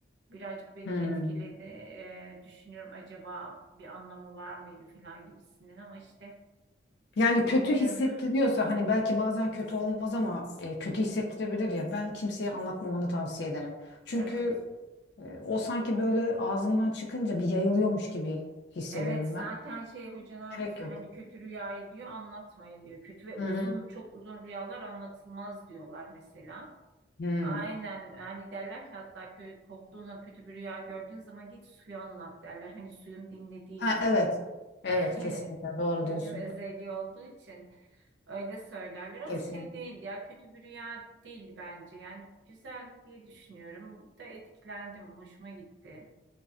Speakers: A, on the right (about 70°); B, on the left (about 60°).
A: Birazcık beni
B: Hı.
A: etkiledi. Ee, düşünüyorum acaba bir anlamı var mıydı falan gibisinden ama işte
B: Yani kötü
A: bilmiyorum.
B: hissettiriyorsa
A: <laughs>
B: hani belki bazen kötü olmaz ama e, kötü hissettirebilir ya. Ben kimseye anlatmamanı tavsiye ederim. Çünkü
A: Evet.
B: e, o sanki böyle ağzından çıkınca bir yayılıyormuş gibi hissediyorum
A: Evet zaten
B: ben.
A: şey hocalar
B: Gerek
A: da söylüyor.
B: yok.
A: Hani kötü rüyayı diyor anlatmayın diyor. Kötü ve uzun
B: Hı hı.
A: çok uzun rüyalar anlatılmaz diyorlar mesela.
B: Hı.
A: Aynen hani derler ki hatta köy korktuğun zaman kötü bir rüya gördüğün zaman git suyu anlat derler. Hani suyun dinlediği
B: Ha, evet.
A: <laughs>
B: Evet kesinlikle doğru
A: dinleme
B: diyorsun.
A: özelliği olduğu için öyle söylerler ama
B: Kesin.
A: şey değil ya kötü bir rüya değildi bence. Yani güzeldi diye düşünüyorum. Da etkilendim, hoşuma gitti.